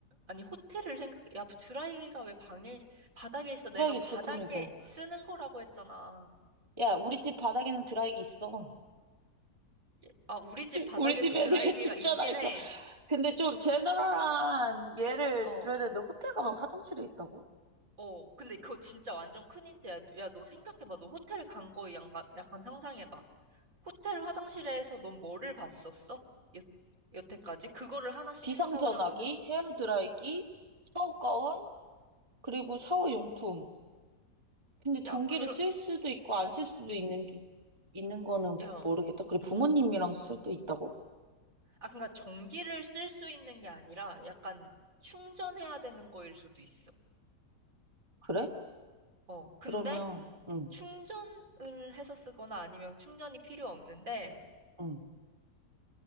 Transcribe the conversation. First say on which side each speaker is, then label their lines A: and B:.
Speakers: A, on the right; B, on the right.
A: 아니, 호텔을 생각, 야, 드라이기가 왜 방에, 바닥에 있어? 내가
B: 드라이기
A: 바닥에
B: 제품이고.
A: 쓰는 거라고 했잖아.
B: 야, 우리 집 바닥에는 드라이기 있어.
A: 예, 아, 우리 집 바닥에도
B: 우리 집에는
A: 드라이기가
B: <laughs> 집전화
A: 있긴
B: 있어.
A: 해.
B: 근데 좀 제너럴한 예를
A: 어,
B: 들어야 되는데, 호텔 가면 화장실에 있다고?
A: 어, 근데 그거 진짜 완전 큰 힌트야. 야, 너 생각해봐. 너 호텔 간 거에 약간, 약간 상상해봐. 호텔 화장실에서 넌 뭐를 봤었어? 여, 여태까지? 그거를 하나씩
B: 비상전화기,
A: 생각을 한번 해봐.
B: 헤어드라이기, 샤워가운, 그리고 샤워용품. 근데 전기를
A: 야, 그러,
B: 쓸 수도 있고, 안 쓸 수도 있는 게, 있는 거는
A: 야,
B: 모르겠다. 그래,
A: 음.
B: 부모님이랑 쓸 때 있다고?
A: 아, 그러니까 전기를 쓸 수 있는 게 아니라 약간 충전해야 되는 거일 수도 있어.
B: 그래?
A: 어, 근데
B: 그러면, 응,
A: 충전을 해서 쓰거나 아니면 충전이 필요 없는데
B: 응.